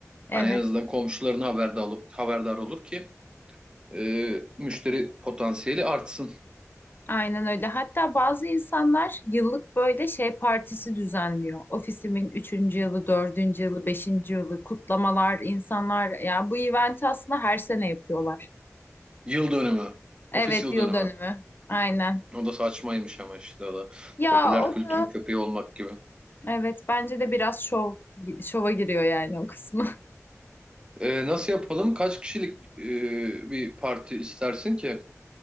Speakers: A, on the left; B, on the right.
A: Evet.
B: Hani en azından komşuların haberdar, ol- haberdar olur ki e, müşteri potansiyeli artsın.
A: Aynen öyle. Hatta bazı insanlar yıllık böyle şey partisi düzenliyor. Ofisimin üçüncü yılı, dördüncü yılı, beşinci yılı kutlamalar, insanlar yani bu eventi aslında her sene yapıyorlar.
B: Yıl dönümü,
A: Evet,
B: ofis yıl
A: yıl
B: dönümü.
A: dönümü. Aynen.
B: O da saçmaymış ama işte o da.
A: Ya
B: Popüler
A: o
B: kültürün
A: da
B: köpeği olmak gibi.
A: evet bence de biraz şov şova giriyor yani o kısmı.
B: Ee, nasıl yapalım? Kaç kişilik e, bir parti istersin ki?